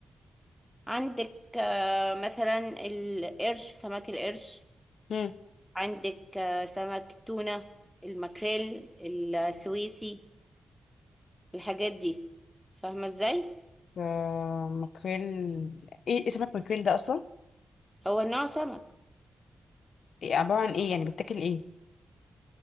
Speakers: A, in the centre; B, on the left (about 80°).
A: عندك آه، مثلا القرش سمك القرش
B: مم.
A: عندك آه، سمك تونة الماكريل السويسي الحاجات دي فاهمة ازاي
B: آه، ماكريل إيه اسمك ماكريل ده أصلا؟
A: هو نوع سمك
B: إيه عبارة عن إيه يعني بتاكل إيه؟